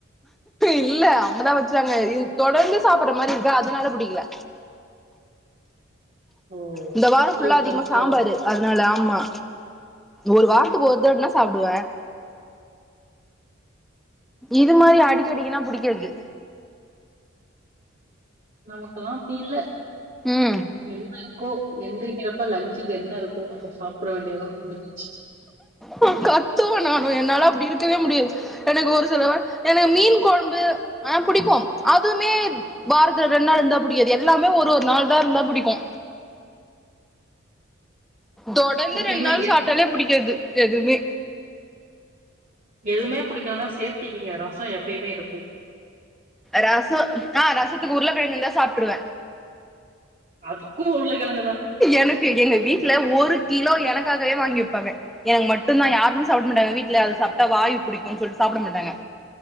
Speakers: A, in the centre; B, on the right.
A: இல்ல அம்மாதா வச்சாங்க தொடர்ந்து சாப்பட்ற மாரி இருக்கா அதனால புடிக்கல
B: ஓ
A: இந்த வார
B: அப்படி
A: ஃபுல்லா
B: ஒண்ணு
A: அதிகமா
B: இருக்கோ
A: சாம்பாரு அதனால ஆமா ஒரு வாரத்துக்கு ஒரு தட்னா சாப்டுவ இது மாரி அடிக்க அடிக்கனா புடிக்காது
B: நமக்கெல்லா அப்டி இல்ல
A: ம்
B: என்ன இருக்கோ எந்திரிக்கிறப்ப லன்ஞ்சுக்கு என்ன இருக் இப்போ அத சாப்ட வேண்டியதா முடிஞ்
A: ந கத்துவ நானு என்னால அப்டி இருக்கவே முடியாது எனக்கு ஒரு சில எனக்கு மீன் கொழம்பு அ புடிக்கோ அதுமே வாரத்துல ரெண்டு நாள் இருந்தா புடிக்காது எல்லாமே ஒரு ஒரு நாள் இருந்தா புடிக்கோ தொடர்ந்து
B: எப்பயுமே
A: ரெண்டு நாள்
B: இங்க
A: சாப்ட்டாலே புடிக்காது எதுமே
B: எதுமே புடிக்கலனா சேஃப்ட்டிக்கி இங்க ரசோ எப்பயுமே இருக்கோ
A: ரசோ அ ரசத்துக்கு உருளக்கெழங்கு இருந்தா சாப்ட்ருவ
B: அதுக்கு உருளக்கெழ
A: எனக்கு எங்க வீட்ல ஒரு கிலோ எனக்காகவே வாங்கி வெப்பாங்க எனக்கு மட்டுந்தா யாருமே சாப்ட மாட்டாங்க வீட்ல அது சாப்ட்டா வாயு புடிக்குன் சொல்ட்டு சாப்ட மாட்டாங்க